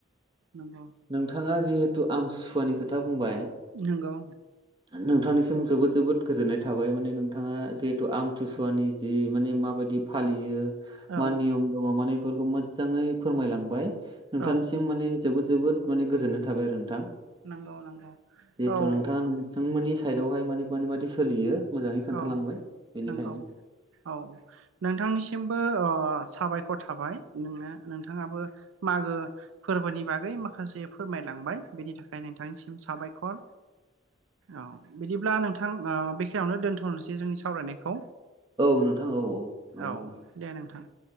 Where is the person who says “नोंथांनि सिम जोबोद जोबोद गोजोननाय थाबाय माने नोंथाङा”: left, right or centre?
Right